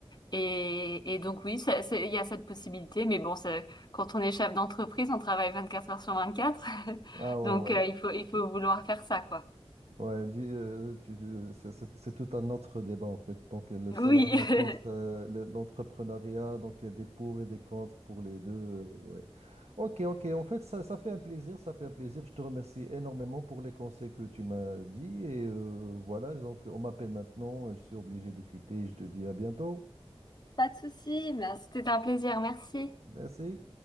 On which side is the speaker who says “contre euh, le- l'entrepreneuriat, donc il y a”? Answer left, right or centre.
Right